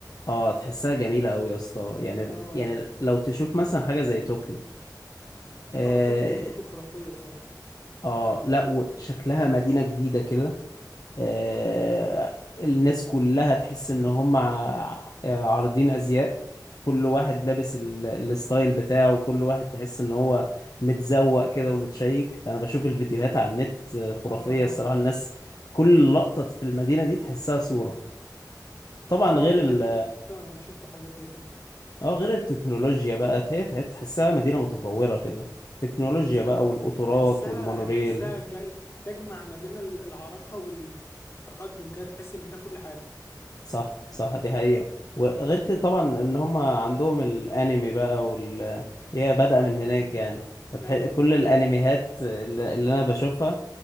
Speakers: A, on the left; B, on the left.
A: اه تحسها جميلة قوي يا اسطى يعني
B: اه
A: يعني لو تشوف مثلا حاجة زي طوكيو آه،
B: اه طوكيو طوكيو خرافية الصراحة
A: اه لا وشكلها مدينة جديدة كده آه الناس كلها تحس ان هم ع- عارضين ازياء كل واحد لابس
B: مم.
A: ال... الستايل بتاعه وكل واحد تحس ان هو متزوق كده ومتشيك انا بشوف الفيديوهات على النت آه، خرافية
B: اه اه
A: الصراحة الناس كل لقطة في المدينة دي تحسها صورة طبعا
B: اه
A: غير
B: دي
A: ال...
B: حقيقة انا شفتها انا شفت حاجات زي كده
A: اه غير التكنولوجيا بقى هي تحسها مدينة متطورة كده تكنولوجيا
B: وتح...
A: بقى والقطارات
B: تحسها
A: والمونوريل
B: تحسها جاي... تجمع ما بين ال- العراقة وال... والتقدم كده تحس ان فيها كل حاجة
A: صح صح دي حقيقة وغير كده طبعا ان هم عندهم الانمي بقى وال هي بادئة من هناك
B: امم
A: يعني فتح...
B: ايوه
A: كل
B: ايوه
A: الانميهات اللي, اللي انا بشوفها